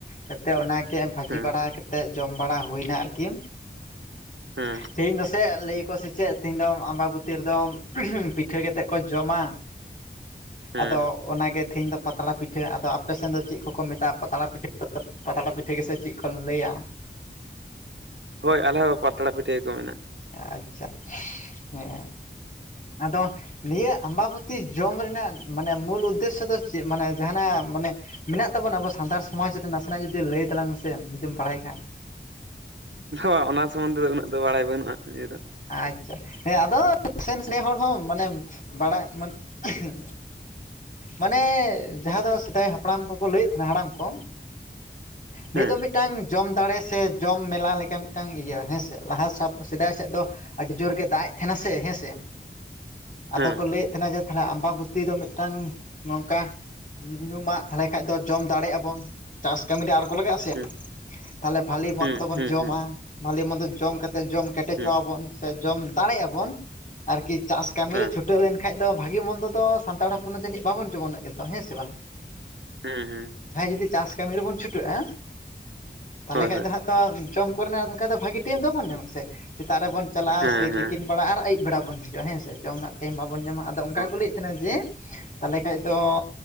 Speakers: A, on the left (about 45°); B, on the right (about 75°).
A: ᱠᱟᱛᱮᱜ ᱚᱱᱟᱜᱮ ᱵᱷᱟᱹᱡᱤ
B: ᱦᱮᱸ
A: ᱵᱟᱲᱟ ᱠᱟᱛᱮᱜ ᱡᱚᱢ ᱵᱟᱲᱟ ᱦᱩᱭᱱᱟ ᱟᱨᱠᱤ᱾
B: ᱦᱮᱸ
A: ᱛᱤᱦᱤᱧ ᱫᱚᱥᱮ ᱞᱟᱹᱭᱟᱠᱚ ᱥᱮ ᱪᱮᱫ ᱛᱤᱦᱤᱧ ᱫᱚ ᱟᱢᱵᱟᱵᱛᱤᱤ ᱨᱮᱫᱚ ᱯᱤᱴᱷᱟᱹ ᱠᱟᱛᱮᱫ ᱠᱚ ᱡᱚᱢᱟ᱾
B: ᱦᱮᱸ
A: ᱟᱫᱚ ᱚᱱᱟᱜᱮ ᱛᱤᱦᱤᱧ ᱫᱚ ᱯᱟᱛᱲᱟ ᱯᱤᱴᱷᱟᱹ ᱟᱫᱚ ᱟᱯᱮᱥᱮᱱ ᱫᱚ ᱪᱮᱫ ᱠᱚᱠᱚ ᱢᱮᱛᱟᱜᱼᱟ ᱯᱟᱛᱲᱟ ᱯᱤᱴᱷᱟᱹ? ᱯᱟᱛᱲᱟ ᱯᱤᱴᱷᱟᱹ ᱜᱮᱥᱮ ᱪᱮᱫ ᱠᱚ ᱞᱟᱹᱭᱟ?
B: ᱦᱳᱭ ᱟᱞᱮ ᱦᱚᱸ ᱯᱟᱛᱲᱟ ᱯᱤᱴᱷᱟ. ᱜᱮᱠᱚ ᱢᱮᱱ
A: ᱟᱪᱪᱷᱟ ᱦᱮᱸ ᱟᱫᱚ ᱱᱤᱭᱟᱹ ᱟᱢᱵᱟᱵᱚᱛᱤ ᱡᱚᱢ ᱨᱮᱱᱟᱜ ᱢᱟᱱᱮ ᱢᱩᱞ ᱩᱫᱽᱫᱮᱥᱥᱚ ᱫᱚ ᱪᱮᱫ ᱢᱟᱱᱮ ᱡᱟᱸᱦᱟᱱᱟᱜ ᱢᱟᱱᱮ ᱢᱮᱱᱟᱜ ᱛᱟᱵᱚᱱᱟ ᱟᱵᱚ ᱥᱟᱱᱛᱟᱲ ᱥᱚᱢᱟᱡᱽ ᱨᱮ ᱱᱟᱥᱮᱱᱟᱜ ᱡᱩᱫᱤ ᱞᱟᱹᱭ ᱛᱟᱞᱟᱝ ᱢᱮᱥᱮ ᱡᱩᱫᱤᱢ ᱵᱟᱲᱟᱭ ᱠᱷᱟᱱ
B: ᱵᱟ, ᱚᱱᱟ ᱥᱚᱢᱵᱚᱱᱫᱷᱮ ᱫᱚ ᱩᱱᱟᱹᱜ ᱫᱚ ᱵᱟᱲᱟᱭ ᱵᱟᱹᱱᱩᱜᱼᱟ᱾ ᱱᱤᱭᱟᱹ ᱫᱚ
A: ᱟᱪᱪᱷᱟ ᱦᱮᱸ ᱟᱫᱚ ᱥᱮᱱᱥ ᱦᱚᱲ ᱦᱚᱸ ᱢᱟᱱᱮ ᱵᱟᱲᱟᱭ ᱢᱟᱱᱮ ᱦᱮᱸ ᱢᱟᱱᱮ ᱡᱟᱦᱟᱸ ᱫᱚ ᱥᱮᱫᱟᱭ ᱦᱟᱯᱲᱟᱢ ᱠᱚᱠᱚ ᱞᱟᱹᱭᱮᱫ ᱛᱟᱦᱮᱱᱟ ᱦᱟᱲᱟᱢ ᱠᱚ ᱱᱤᱛ
B: ᱦᱮᱸ
A: ᱫᱚ ᱢᱤᱫᱴᱟᱝ ᱡᱚᱢ ᱫᱟᱲᱮ ᱥᱮ ᱡᱚᱢ ᱢᱮᱞᱟ ᱞᱮᱠᱟ ᱢᱤᱫᱴᱟᱝ ᱤᱭᱟᱹ ᱦᱮᱸᱥᱮ ᱞᱟᱦᱟ ᱥᱟᱵ ᱥᱮᱫᱟᱭ ᱥᱮᱫ ᱫᱚ ᱟᱹᱰᱤ ᱡᱳᱨ ᱜᱮ ᱫᱟᱜ ᱮᱫ ᱛᱟᱦᱮᱱᱟ ᱥᱮ ᱦᱮᱸ ᱥᱮ,
B: ᱦᱮᱸ
A: ᱟᱫᱚ ᱠᱚ ᱞᱟᱹᱭᱮᱫ ᱛᱟᱦᱮᱱᱟ ᱡᱮ ᱛᱟᱦᱞᱮ ᱟᱢᱵᱟᱵᱛᱤ ᱫᱚ ᱢᱤᱫᱴᱟᱝ ᱱᱚᱝᱠᱟ ᱧᱩᱢᱟᱜ ᱛᱟᱦᱞᱮ ᱠᱷᱟᱡ ᱫᱚ ᱡᱚᱢ ᱫᱟᱲᱮᱜ-ᱟ ᱵᱚᱱ ᱪᱟᱥ ᱠᱟᱹᱢᱤ ᱨᱮ ᱟᱬᱜᱚ ᱞᱟᱜᱟᱜᱼᱟ ᱥᱮ
B: ᱦᱮᱸ
A: ᱛᱟᱦᱞᱮ ᱵᱷᱟᱞᱤ
B: ᱦᱮᱸ
A: ᱢᱚᱱᱫᱚ ᱵᱚᱱ
B: ᱦᱮᱸ ᱦᱮᱸ
A: ᱡᱚᱢᱟ᱾
B: ᱦᱮᱸ
A: ᱵᱷᱟᱞᱤ ᱢᱚᱱᱫᱚ ᱡᱚᱢ ᱠᱟᱛᱮ ᱡᱚᱢ ᱠᱮᱴᱮᱡᱚᱜᱼᱟ
B: ᱦᱮᱸ
A: ᱵᱚᱱ ᱥᱮ ᱡᱚᱢ ᱫᱟᱲᱮᱜ-ᱟ ᱵᱚᱱ᱾ ᱟᱨᱠᱤ ᱪᱟᱥ ᱠᱟᱹᱢᱤ
B: ᱦᱮᱸ
A: ᱨᱮ ᱪᱷᱩᱴᱟᱹᱣ ᱞᱮᱱᱠᱷᱟ ᱵᱟᱠᱷᱟᱡ ᱫᱚ ᱵᱷᱟᱹᱜᱤ ᱢᱚᱱᱫᱚ ᱫᱚ ᱥᱟᱱᱛᱟᱲ ᱦᱚᱯᱚᱱ ᱫᱚ ᱡᱟᱹᱱᱤᱡ ᱵᱟᱵᱚᱱ ᱡᱚᱢᱟ ᱩᱱᱟᱹᱜ ᱡᱤᱞ ᱫᱚ ᱦᱮᱸ ᱥᱮ ᱵᱟᱝ?
B: ᱦᱩᱸ ᱦᱩᱸ
A: ᱡᱟᱦᱟᱸᱭ ᱡᱩᱫᱤ ᱪᱟᱥ ᱠᱟᱹᱢᱤ ᱨᱮᱵᱚᱱ ᱪᱷᱩᱴᱟᱹᱜᱼᱟ ᱛᱟᱦᱞᱮ
B: ᱦᱳᱭ
A: ᱠᱷᱟᱡ
B: ᱦᱳᱭ
A: ᱫᱚ ᱦᱟᱸᱜ ᱡᱚᱢ ᱠᱚᱨᱮᱱᱟᱜ ᱚᱱᱠᱟ ᱫᱚ ᱵᱷᱟᱜᱤ ᱴᱟᱭᱤᱢ ᱫᱚᱵᱚᱱ ᱧᱟᱢᱟ ᱥᱮ ᱥᱮᱛᱟᱜ ᱨᱮᱵᱚᱱ ᱪᱟᱞᱟᱜᱼᱟ
B: ᱦᱮᱸ
A: ᱥᱮᱭ ᱛᱤᱠᱤᱱ
B: ᱦᱮᱸ
A: ᱵᱮᱲᱟ ᱟᱨ ᱟᱹᱭᱩᱵ ᱵᱮᱲᱟᱵᱚᱱ ᱦᱤᱡᱩᱜᱼᱟ ᱦᱮᱸᱥᱮ ᱡᱚᱢ ᱨᱮᱱᱟᱜ ᱴᱟᱭᱤᱢ ᱵᱟᱵᱚᱱ ᱧᱟᱢᱟ᱾ ᱟᱫᱚ ᱚᱱᱠᱟ
B: ᱚ
A: ᱜᱮ ᱠᱚ ᱞᱟᱹᱭᱮᱫ ᱛᱟᱦᱮᱱᱟ ᱡᱮ ᱛᱟᱦᱚᱞᱮ ᱠᱷᱟᱱ ᱫᱚ